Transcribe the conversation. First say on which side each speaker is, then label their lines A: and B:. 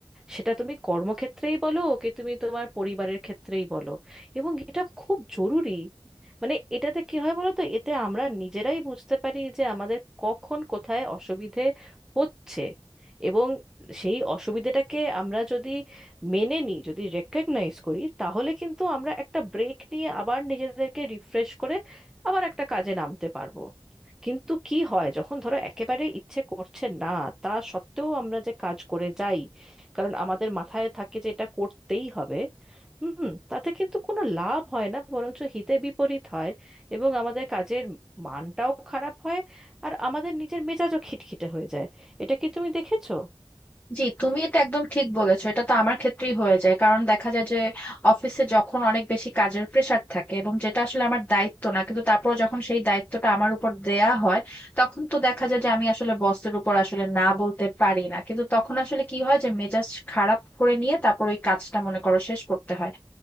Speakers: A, in the centre; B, on the left.
A: সেটা তুমি কর্মক্ষেত্রেই বলো কি তুমি তোমার পরিবারের ক্ষেত্রেই বলো এবং এটা খুব জরুরি মানে এটাতে কি হয় বলো তো এতে আমরা নিজেরাই বুঝতে পারি যে আমাদের কখন কোথায় অসুবিধে হচ্ছে এবং সেই অসুবিধেটাকে আমরা যদি মেনে নিই যদি রেকগনাইজ করি তাহলে কিন্তু আমরা একটা ব্রেক নিয়ে আবার নিজেদেরকে রিফ্রেশ করে আবার একটা কাজে নামতে পারবো কিন্তু কি হয় যখন ধরো একেবারে ইচ্ছে করছে না তা সত্ত্বেও আমরা যে কাজ করে যাই কারণ আমাদের মাথায় থাকে যে এটা করতেই হবে হুম তাতে কিন্তু কোনো লাভ হয় না বরঞ্চ হিতে বিপরীত হয় এবং আমাদের কাজের মানটাও খারাপ হয় আর আমাদের নিজের মেজাজও খিটখিটে হয়ে যায় এটা কি তুমি দেখেছো
B: জি তুমি এটা একদম ঠিক বলেছো এটা তো আমার ক্ষেত্রেই হয়ে যায় কারণ দেখা যায় যে অফিসে যখন অনেক বেশি কাজের প্রেসার থাকে এবং যেটা আসলে আমার দায়িত্ব না কিন্তু তারপর যখন সেই দায়িত্বটা আমার উপর দেয়া হয় তখন তো দেখা যায় যে আমি আসলে বসের উপর আসলে না বলতে পারি না কিন্তু তখন আসলে কি হয় যে মেজাজ খারাপ করে নিয়ে তারপর ওই কাজটা মনে করো শেষ করতে হয়